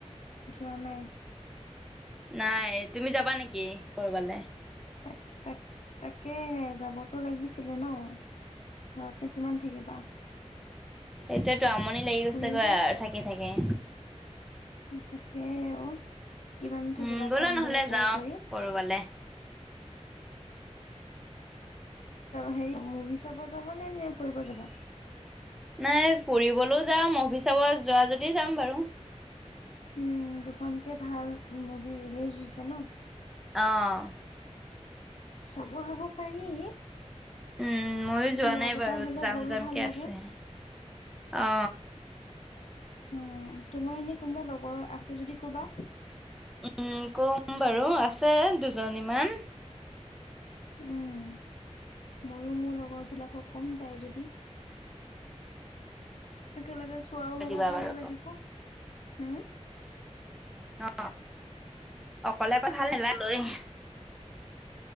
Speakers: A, on the left (about 65°); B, in the centre.
A: যোৱা নাই।
B: নাই, তুমি যাবা নেকি কৰবালে?
A: তাক তাক তাকে যাবতো লাগিছিলে ন? ঘৰতনো কিমান থাকিবা?
B: সেইটোয়েতো আমনি লাগি গৈছে
A: ফুৰি আহিব
B: গৈ
A: লাগ
B: আৰু থাকি থাকি।
A: তাকে অ, কিমান থাকিবা
B: উম, ব'লা
A: কাম
B: নহ'লে
A: বিলাক কৰি
B: যাওঁ
A: কৰি।
B: কৰবালে।
A: হেৰি মুভি চাব যাবানে নে ফুৰিব যাবা?
B: নাই। ফুৰিবলৈও যাম, মুভি চাব যোৱা যদি যাম বাৰু।
A: ও, দুখনকে ভাল মুভি ৰিলিজ হৈছে ন?
B: আঅ।
A: চাব যাব পাৰি।
B: উম ময়ো যোৱা
A: লগ
B: নাই
A: এটা
B: বাৰু,
A: হ'লে
B: যাম
A: গৈও
B: যাম
A: ভাল
B: কে
A: লাগে
B: আছে। অ।
A: উ তোমাৰ এনে কোনোবা লগৰ আছে যদি ক'বা।
B: উম কম বাৰু। আছে দুজনী মান।
A: উম ময়ো মোৰ লগৰ বিলাকক কম যায় যদি। একেলগে চোৱাও হব,
B: দিবা
A: ভালো
B: বাৰু
A: লাগিব। হুম?
B: অ অকলে অক ভাল নালাগ লৈ <unintelligible> <inaudible>